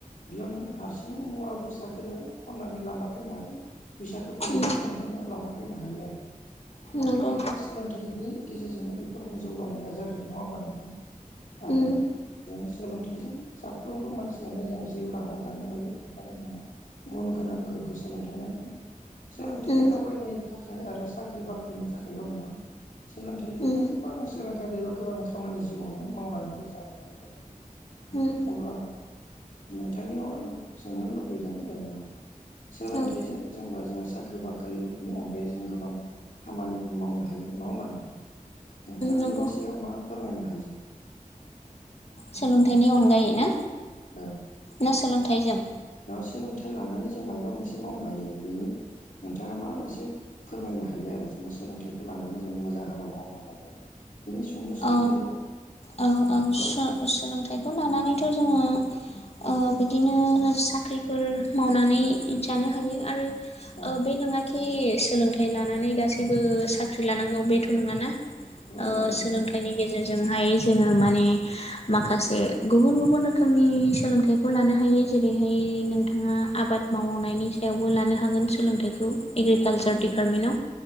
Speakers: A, on the left; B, on the left.
A: बेयाव नोङो हारसिङै मुवा बेुसादखौ नोङो खननानै लाना फैनो हागोन फैसाखौ पेमेन्ट
B: उम
A: खालामनानै। लाना फैनो हायो आरो
B: नंगौ
A: थिग बिदिनो सोलोंथाइनि। गेजेरजोंनो बेफोराव जौगानाया जादों नङा होमबा नोंथां। आरो
B: उम
A: जों सोलोंथाइजों साफ्रोमबो मानसियानो जोङो जिउ राहा दानो हायो बेखायनो जोंनो गुन गोनां गोग्गो सोलोंथाइ नां सोलोंथाइया
B: उम
A: गावगायनि थाखाय आरो साख्रि बाख्रिनि थाखायल' नङा सोलोंथाइजोंनो
B: उम
A: गोबां सोलोंथाइ थायोबा गोबां खामानि जिउआवनो मावनानैबो जानो हायो आरो
B: उम
A: अब्ला नोंथांनियाव आं सोंनो लुबैदों जेनेबा सोलोंथाइजों
B: उम
A: जोंबा जोङो साख्रि बाख्रिनि अनगायै जों गोबां खामानिबो मावनो हायो नङा होमबा नोंथां नोंथाङा
B: नंगौ
A: बेनि सायाव मा फोरमायनो हायो
B: सोलोंथाइनि अनगायै ना
A: औ
B: ना सोलोंथाइजों
A: सोलोंथाइ लानानै जों माबा मोनसे मावनो हायो बेनि नोंथाङा मा मोनसे फोरमायनो हायो आरो ज सोलोंथाइखौ लानानै जों मोजां हाबा मावनो हानायखौ बिनि सुंद' सोमोन्दै
B: अ औ औ सोलोंथाइखौ लानानैथ जोङो ओ बिदिनो साख्रिफोर मावनानै जानो हायो आरो ओ
A: औ
B: बे नङााखि सोलोंथाइ लानानै गासैबो साख्रि लानांगौ बेथ नङाना ओ
A: औ नंगौ
B: सोलोंथाइनि गेजेरजोंहाय जोङो माने माखासे गुबुन गुबुन रोखोमनि सोलोंथाइखौ लानो हायो जेरैहाय नोंथां ओ आबाद मावनायनि सायावबो लानो हागोन सोलोंथाइखौ एग्रिकालसार
A: औ
B: दिडिपार्टमेन्टाव